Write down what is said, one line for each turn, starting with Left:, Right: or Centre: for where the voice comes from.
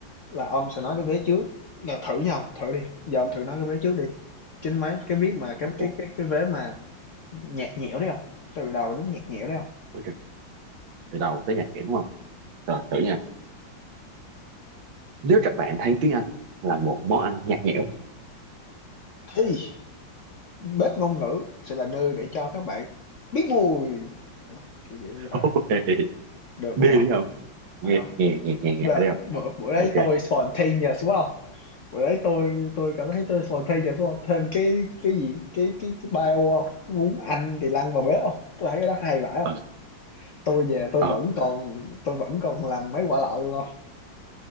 Left: là ông sẽ nói cái vế trước là thử nhau, thử đi. Giờ ông thử nói cái vế trước đi. Chính mấy cái biết mà cái
Right: ok
Left: cái cái cái vế mà Nhạt nhẽo đấy không Từ đầu đến nhạt nhẽo đấy không
Right: ok từ đầu tới nhạt nhẽo đúng không rồi thử nha nếu các bạn thấy tiếng Anh là một món ăn nhạt nhẽo
Left: Thì bếp ngôn ngữ sẽ là nơi để cho các bạn biết mùi. Đó, kiểu, kiểu như vậy.
Right: <laughs>
Left: Được
Right: đi
Left: không hông?
Right: đấy không
Left: Hay
Right: nghe
Left: không?
Right: nghe nghe nghe nghe
Left: Là
Right: đấy không
Left: bữa bữa đấy
Right: ok
Left: tôi spontaneous, đúng không? Bữa đấy tôi tôi cảm thấy tôi spontaneous, đúng không Thêm cái cái gì, cái cái cái bio hông? Muốn ăn thì lăn vào bếp không? Tôi thấy cái đó hay vãi
Right: ờ,
Left: không? Tôi về tôi
Right: ờ,
Left: vẫn còn tôi vẫn còn làm mấy quả lọ luôn không?